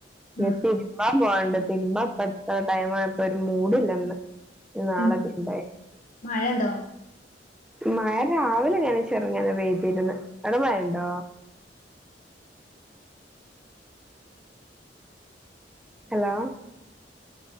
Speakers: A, on the left; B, in the centre.
A: ഉം
B: എത്തി <unintelligible> തിരുമ്പാൻ ഇപ്പംഎടുത്ത ടൈംആയപ്പോ ഒരു മൂടില്ല ഇന്ന് ഇനി നാളെ
A: ഉം
B: തിരുമ്പാം
A: മഴണ്ടോ
B: മഴ രാവിലെ ഇങ്ങനെ ചെറുങ്ങന്നെ പെയ്തു അവിടെ മഴയുണ്ടോ? ഹലോ